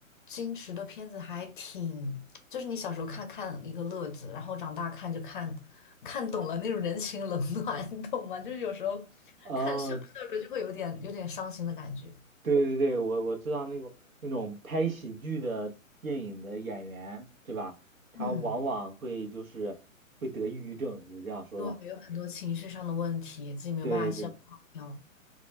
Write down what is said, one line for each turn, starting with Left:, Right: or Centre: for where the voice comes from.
Left: 星驰的片子还挺，就是你小时候看看一个乐子，然后长大看就看看懂了那种人情冷暖，<laughs> 你懂吗？就是有时候
Right: 嗯。
Left: 看笑着笑着就会有点有点伤心的感觉。
Right: 对对对，我我知道那种那种拍喜剧的电影的演员是吧？他往往会就是会得抑郁症，
Left: 嗯，
Right: 有这样说的吧
Left: 对，有很多情绪上的问题，自己没有办法消化掉。
Right: 对对。